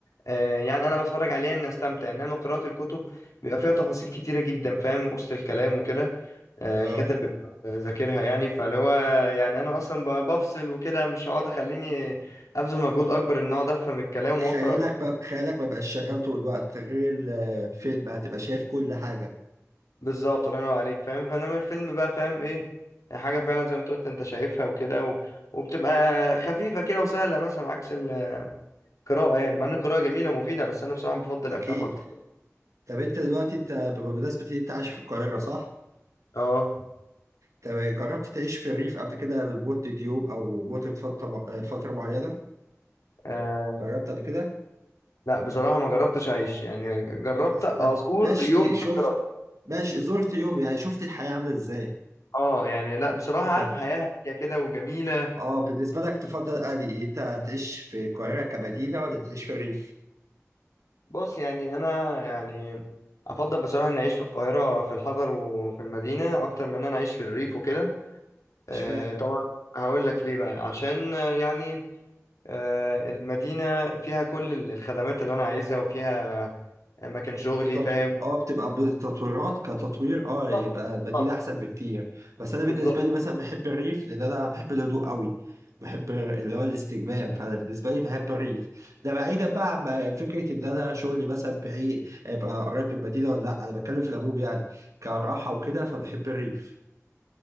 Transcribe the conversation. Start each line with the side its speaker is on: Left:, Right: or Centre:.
Left: أه يعني انا بتفرج عليها ان استمتع انما قراءه الكتب بيبقى فيها تفاصيل كتيره جدا فاهم وسط الكلام وكده أه
Right: آه
Left: الكاتب بيبقى ذاكرها يعني فاللي هو يعني انا اصلا ب- بفصل وكده مش هقعد اخليني ابذل مجهود اكبر ان اقعد افهم الكلام واقرا
Right: خيالك بب... خيالك ما بقاش شغال طول الوقت غير الفيلم هتبقى شايف كل حاجة
Left: بالظبط الله ينور عليك فاهم فانما الفيلم بقى فاهم ايه يعني حاجه فعلا زي ما انت قلت انت شايفها وكده و... وبتبقى خفيفه كده وسهله مثلا عكس القراءه يعني مع ان القراءه جميله ومفيده بس انا بصراحه بفضل الافلام
Right: أكيد،
Left: اكتر
Right: طب أنت دلوقتي أنت بمناسبة إن أنت عايش في القاهرة صح؟
Left: اه
Right: طب جربت تعيش في الريف قبل كده لمدة يوم أو مدة فترة فترة معينة؟
Left: آه...
Right: جربت قبل كده؟
Left: لا بصراحه ما جربتش اعيش يعني جربت
Right: بس
Left: ازور
Right: طب ماشي
Left: يوم صد
Right: شفت
Left: رد
Right: ماشي زرت يوم يعني شفت الحياة عاملة إزاي؟
Left: اه يعني لا بصراحه
Right: طب
Left: عارف حياه هاديه كده وجميله
Right: اه بالنسبة لك تفضل أنهي أنت تعيش في القاهرة كمدينة ولا تعيش في الريف؟
Left: بص يعني انا يعني افضل بصراحه اني اعيش في القاهره في الحضر وفي المدينه اكتر من ان انا اعيش في الريف وكده آه،
Right: اشمعنى؟
Left: طبعا هقول لك ليه بقى عشان آه، يعني آه، المدينة فيها كل ال- الخدمات اللي أنا عايزها وفيها أماكن شغلي
Right: التط-
Left: فاهم
Right: اه بتبقى بالتطويرات كتطوير اه يبقى
Left: بالظبط
Right: مدينة
Left: بالظبط
Right: احسن بكتير بس انا بالنسبة
Left: بالظبط.
Right: لي مثلا بحب الريف لان انا بحب الهدوء قوي بحب اللي هو الاستجمام فانا بالنسبة لي بحب الريف ده بعيدا بقى عن فكرة ان انا شغلي مثلا بعيد ابقى قريب من المدينة ولا لا انا بتكلم في العموم يعني كراحة وكده فبحب الريف